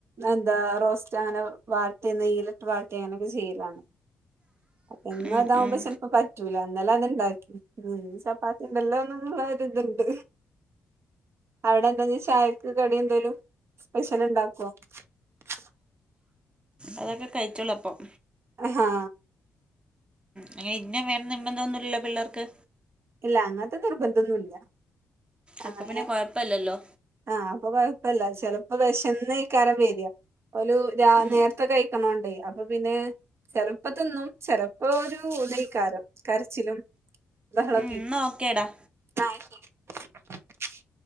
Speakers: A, on the right (about 55°); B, on the right (about 20°).
A: ന്താ റോസ്‌റ് ങ്ങനെ വാട്ടെ നെയ്യ്യിലിട്ട് വാട്ടെ അങ്ങനൊക്കെ ചെയ്യും കാണും അപ്പൊ എന്നും
B: ഉം
A: അതാകുപ്പൊ
B: ഉം
A: ചെലപ്പൊ പറ്റൂല ഇന്നലെ, ണ്ടാക്കി ഉം ചപ്പാത്തി ഇണ്ടല്ലോ ന്നുള്ളൊരു ഇത്ണ്ട് അവിടെ എന്താ ഇഞ് ചായക്ക് കടി എന്തേലും സ്പെഷ്യല് ഇണ്ടാക്കോ <unintelligible>
B: അതൊക്കെ കഴിച്ചോളൂ അപ്പം
A: ആഹ്
B: അങ്ങനെ ഇന്ന വേണം നിമ്മന്തോന്നില്ലല്ലോ പിള്ളേർക്ക്?
A: ല്ല അങ്ങൻത്തെ നിർബന്ധൊന്നുല്ല. അങ്ങനെ
B: അപ്പൊ പിന്നെ കൊഴപ്പല്ലല്ലോ
A: ആഹ് അപ്പൊ കൊഴ ഇപ്പല്ല ചിലപ്പോ വിശന്നയ്ക്കാരം വെര. ഓലു രാ
B: ഉം
A: നേര്ത്തെ കെഴിക്കണോണ്ട് ഏയ് അപ്പൊ പിന്നെ ചെലപ്പതിന്നും ചെലപ്പോ ഒരു ഇതൈക്കാരം കരച്ചിലും ബഹളോക്കേ
B: ഉം എന്നാ ഓക്കേടാ
A: <unintelligible>